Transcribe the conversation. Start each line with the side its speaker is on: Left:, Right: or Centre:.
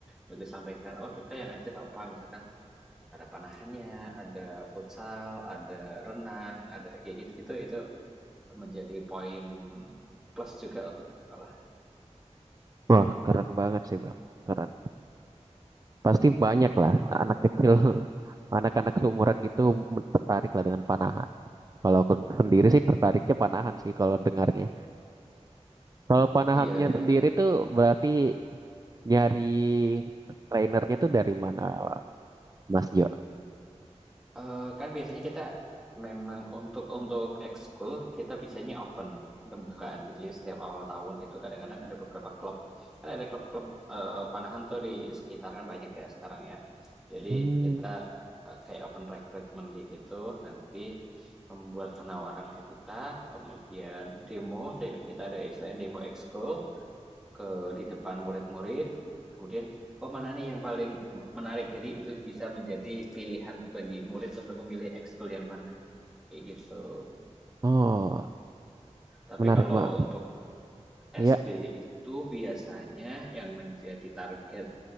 Centre: untuk disampaikan. Oh kita yang aktif apa, misalkan ada panahannya, ada futsal, ada renang, ada kayak gitu-gitu itu menjadi poin plus juga untuk sekolah.
Right: Wah, keren banget sih Bang. Keren. Pasti banyak lah anak kecil, <laughs> anak-anak seumuran gitu men- tertarik lah dengan panahan. Kalau aku sendiri sih tertariknya panahan sih kalau dengarnya. Kalau panahannya
Centre: Iya iya,
Right: sendiri tuh berarti nyari trainernya tuh dari mana Mas Jo?
Centre: Eee, kan biasanya kita memang untuk untuk ekskul kita biasanya open, pembukaan. Jadi setiap awal tahun itu kadang-kadang ada beberapa klub. Kan ada klub-klub, eee, panahan tuh di sekitar kan banyak ya sekarang ya. Jadi
Right: Hmm.
Centre: kita, eee, kayak open recruitment kayak gitu, nanti membuat penawaran ke kita, kemudian demo de kita ada istilahnya demo ekskul, ke di depan murid-murid, kemudian, "Oh, mana nih yang paling menarik?" Jadi itu bisa menjadi pilihan bagi murid untuk memilih ekskul yang mana, kayak gitu.
Right: Oh,
Centre: Tapi
Right: menarik
Centre: kalau
Right: Bang.
Centre: untuk SD
Right: Iya,
Centre: itu biasanya yang menjadi target